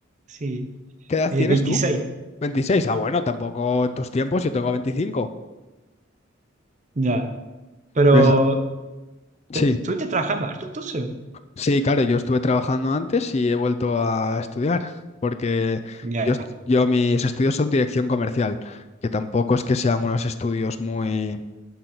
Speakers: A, on the right; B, on the left.
A: Sí,
B: ¿Qué edad
A: eh,
B: tienes
A: 26.
B: tú? Veintiséis, ah, bueno, tampoco en tus tiempos, yo tengo 25,
A: Ya. Pero
B: Esa- Sí,
A: Estuviste trabajando harto entonces.
B: sí, claro, yo estuve trabajando antes y he vuelto a estudiar, porque
A: Ya,
B: yo, est- yo mis estudios son dirección comercial, que tampoco es que sean unos estudios muy...